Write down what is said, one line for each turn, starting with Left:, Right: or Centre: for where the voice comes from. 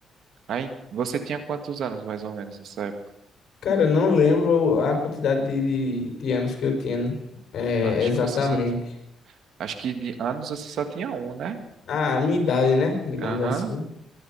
Right: Aí, você tinha quantos anos mais ou menos nessa época?
Left: Cara, eu não lembro a quantidade de, de, de anos que eu tinha é,
Right: Acho
Left: exatamente.
Right: que você só. Acho que de anos você só tinha um, né?
Left: A minha idade, né? Digamos
Right: Aham.
Left: assim.